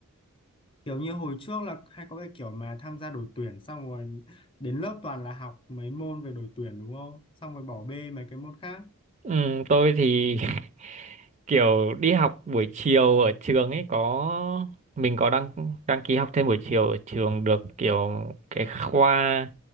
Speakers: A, on the left; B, on the right.
A: Kiểu như hồi trước là hay có cái kiểu mà tham gia đội tuyển xong rồi đến lớp toàn là học mấy môn về đội tuyển đúng không? Xong rồi bỏ bê mấy cái môn khác
B: Ừm, tôi thì <laughs> kiểu đi học buổi chiều ở trường ấy có mình có đăng đăng ký học thêm buổi chiều ở trường được kiểu cái khoa